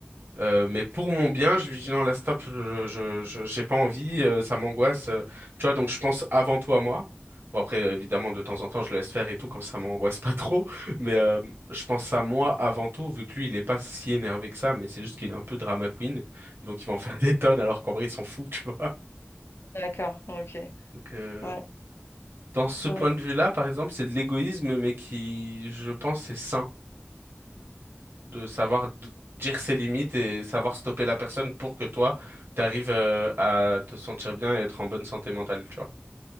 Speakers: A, on the right; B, on the left.
A: Euh, mais pour mon bien, je lui dis non, là, stop, je, je, je- j'ai pas envie, euh, ça m'angoisse. euh. tu vois, donc je pense avant tout à moi. Bon, après, euh, évidemment, de temps en temps, je le laisse faire et tout quand ça m'angoisse pas trop. Mais euh, je pense à moi avant tout, vu que lui, il est pas si énervé que ça, mais c'est juste qu'il est un peu drama queen. Donc, il va en faire des tonnes,
B: mm,
A: alors qu'en vrai, il s'en fout, <laughs> tu vois.
B: D'accord, ok.
A: Donc, euh,
B: Ouais.
A: dans ce
B: Ouais.
A: point de vue-là, par exemple, c'est de l'égoïsme, mais qui, je pense, c'est sain. de savoir d- dire ses limites et savoir stopper la personne pour que toi, t'arrives euh, à te sentir bien et être en bonne santé mentale, tu vois.